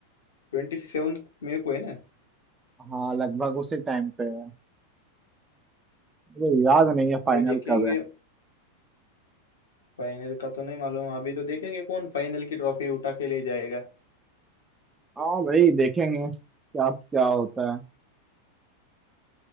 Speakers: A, on the left; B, on the right.
A: ट्वेंटी सेवन मई को है ना
B: हाँ लगभग उसी टाइम पे है मुझे याद नहीं है फाइनल
A: अभी देखेंगे
B: कब है
A: फाइनल का तो नहीं मालूम अभी तो देखेंगे कौन फाइनल की ट्रॉफी उठा के ले जाएगा
B: हाँ भाई देखेंगे क्या क्या होता है